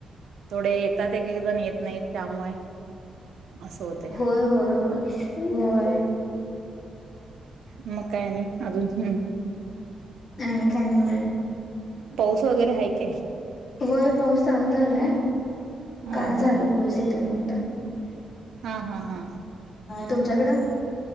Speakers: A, on the right (about 70°); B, on the left (about 45°).
A: थोडे येतात एक एक जण येत नाही त्यामुळे असं होतय
B: होय होय होय होय <inaudible>
A: मग काय आणि अजून? हम्म.
B: आणि काय नाय बाई.
A: पाऊस वगैरे आहे काय?
B: होय पाऊस चालू झालाय
A: हा
B: काल
A: हा.
B: झाला पाऊस हीत म टा.
A: हा हा हा.
B: तुमच्याकडं?